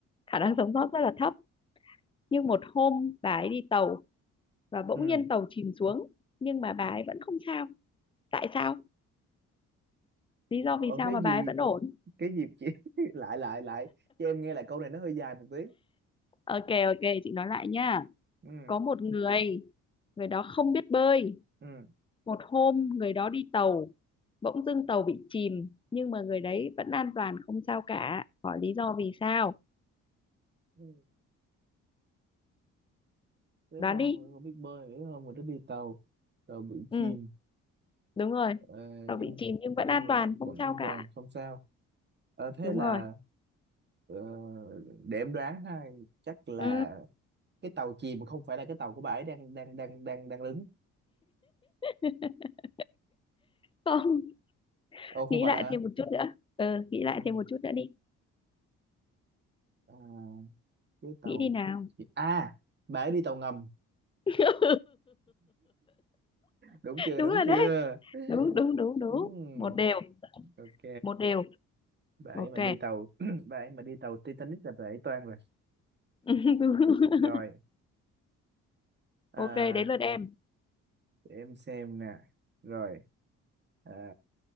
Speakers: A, on the left (about 15°); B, on the right (about 35°).
A: khả năng sống sót rất là thấp nhưng một hôm bà ấy đi tàu và bỗng
B: Ừ,
A: nhiên tàu chìm xuống nhưng mà bà ấy vẫn không sao tại sao lý do
B: Ủa,
A: vì sao
B: cái
A: mà bà
B: gì?
A: ấy vẫn ổn
B: Cái gì chị? <laughs> lại, lại, lại. Cho em nghe lại câu này nó hơi dài một tí.
A: ok ok chị nói lại nha
B: Ừ,
A: có một người người đó không biết bơi
B: ừ.
A: một hôm người đó đi tàu bỗng dưng tàu bị chìm nhưng mà người đấy vẫn an toàn không sao cả hỏi lý do vì sao
B: Ừ, Thế hôm
A: đoán đi
B: rồi không biết bơi, thế hôm rồi nó đi tàu, tàu bị chìm
A: ừ đúng rồi
B: Ờ,
A: tàu
B: nhưng
A: bị chìm nhưng vẫn
B: nhưng
A: an
B: mà
A: toàn không
B: vẫn
A: sao
B: an
A: cả
B: toàn không sao Ờ, thế
A: đúng
B: là
A: rồi
B: ờ, để em đoán ha chắc là
A: ừ
B: cái tàu chìm không phải là cái tàu của bà ấy đang đang đang đang đang đứng
A: <laughs> không
B: ồ không
A: nghĩ
B: phải
A: lại
B: hả
A: thêm một chút nữa ừ nghĩ lại
B: ừ.
A: thêm một chút nữa đi
B: à, cái tàu
A: nghĩ đi nào
B: chi- à bà ấy đi tàu ngầm
A: <laughs>
B: đúng chưa
A: đúng
B: đúng
A: rồi
B: chưa
A: đấy đúng đúng đúng đúng
B: Ừm,
A: một đều
B: ok
A: một đều
B: bà ấy
A: ok
B: mà đi tàu <clears throat> bà ấy mà đi tàu Titanic là bà ấy toang rồi
A: <laughs> Đúng.
B: rồi à,
A: ok đến lượt em
B: để em xem nè rồi à,